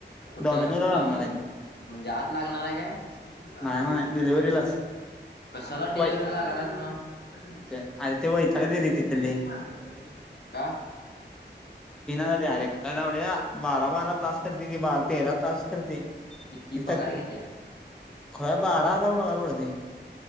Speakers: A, on the left (about 60°); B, in the centre.
A: कुठं
B: डॉमिनोला लागणार
A: डॉमिनोज
B: आहे.
A: म्हणजे आत लागणार आहे काय, <unintelligible>
B: नाही नाही डिलिव्हरीलाच
A: कशाला
B: वय
A: डिलिव्हरी लागालय <inaudible> तुन <inaudible> प
B: ते अरे ते वैतागले
A: आणि्ही सगळ
B: रे तिथले
A: मुलीच मारत राही मुलांना, का?
B: <inaudible> पिनारेक्टला एवड्या बारा बारा तास करते ती बार तेरा तास करते निस्ता.
A: किती पगार किती आहे
B: खुळ्या बारा हजार पगार पडतेय.